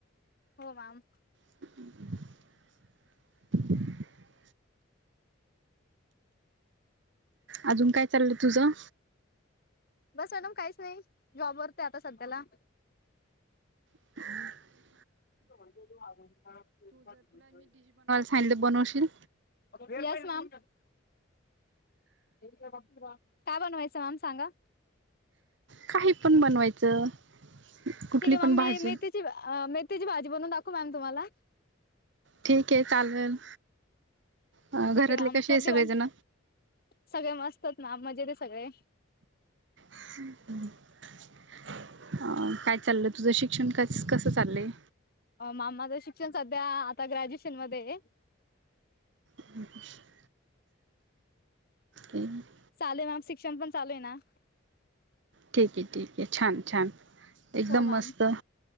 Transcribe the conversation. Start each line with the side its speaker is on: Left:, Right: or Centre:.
Left: हो मॅम.
Right: <inaudible> अजून काय चाललं तुझं?
Left: बस मॅडम काहीच नाही. जॉब करते आता सध्याला.
Right: काव
Left: <unintelligible>
Right: हॅन्डलूम बनवशील?
Left: Yes ma'am. काय बनवायचं मॅम सांगा?
Right: काही पण बनवायचं कुठली
Left: ठीक आहे मॅम
Right: पण भाजी.
Left: मी मेथीची मेथीची भाजी बनवून दाखू मॅम तुम्हाला?
Right: ठीक आहे चालेल, घरातले
Left: ठीक मॅम
Right: कसे
Left: कधी
Right: आहे सगळे
Left: पण
Right: जण?
Left: सगळे मस्त आहेत ना मजेत हाय सगळे!
Right: हम् हम् <unintelligible> अ, काय चाललंय तुझं शिक्षण कसं चाललय?
Left: म माज शिक्षण सध्या आता ग्रॅज्युएशन मध्येय!
Right: ह् हम् <unintelligible>
Left: चालूय मॅम शिक्षण पण चालू आहे ना?
Right: ठीक हे, ठीक हे छान -छान एकदम
Left: हो मॅम
Right: मस्त.